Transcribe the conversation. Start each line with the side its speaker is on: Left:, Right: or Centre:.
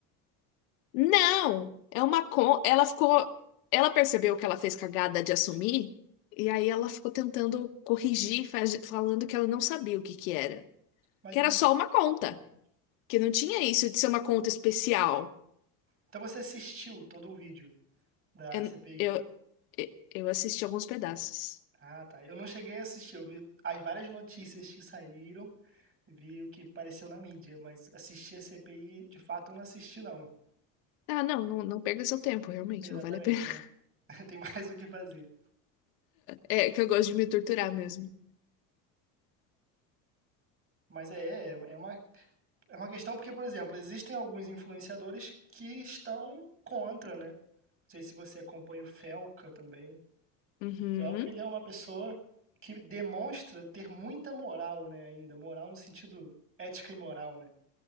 Left: Não, é uma con... ela ficou, ela percebeu que ela fez cagada de assumir e aí ela ficou tentando corrigir, faz- falando que ela não sabia o que que era,
Right: Mas
Left: que
Right: em-
Left: era só uma conta, que não tinha isso de ser uma conta especial.
Right: então você assistiu todo o vídeo da
Left: É-
Right: CPI?
Left: Eu, eu assisti alguns pedaços.
Right: Ah, tá. Eu não cheguei a assistir, eu vi as várias notícias que saíram, vi o que apareceu na mídia, mas assistir a CPI, de fato, eu não assisti, não.
Left: Ah, não, não, não perca seu tempo, realmente,
Right: Exatamente,
Left: não vale a pena. <laughs>
Right: né? <laughs> Tem mais o que fazer.
Left: É que eu gosto de me torturar mesmo.
Right: Mas é, é é uma, é uma questão porque, por exemplo, existem alguns influenciadores que estão contra, né? Não sei se você acompanha o Felca também.
Left: Uhum,
Right: O Felca, ele é uma pessoa que demonstra ter muita moral, né, ainda. Moral no sentido ética e moral, né?